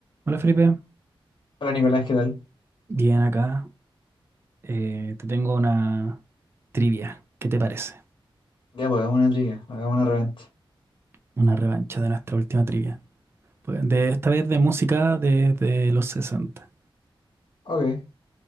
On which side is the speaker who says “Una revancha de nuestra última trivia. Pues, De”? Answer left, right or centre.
Right